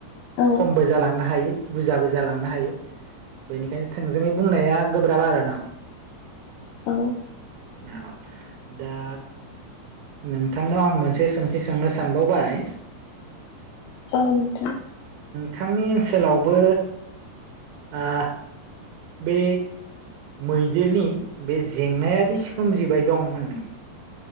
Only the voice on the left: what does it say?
औ
औ।
औ नोंथां।